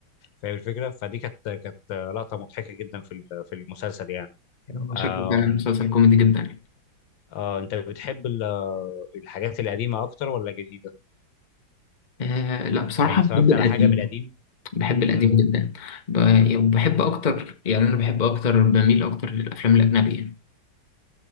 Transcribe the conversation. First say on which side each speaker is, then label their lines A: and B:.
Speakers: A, on the left (about 75°); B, on the left (about 30°).
A: فاهم الفكره فدي كانت كانت لقطه مضحكه جدا في ال- في المسلسل يعني
B: هو شكله
A: آم،
B: كان مسلسل كوميدي جدا يعني.
A: آه انت بتحب ال- الحاجات القديمه اكتر ولا الجديده
B: آه لا بصراحة
A: يعني اتفرجت
B: بحب
A: على
B: القديم
A: حاجه من القديم
B: بحب القديم
A: امم
B: جدا ب- يعني بحب أكتر يعني أنا بحب أكتر بميل أكتر للأفلام الأجنبية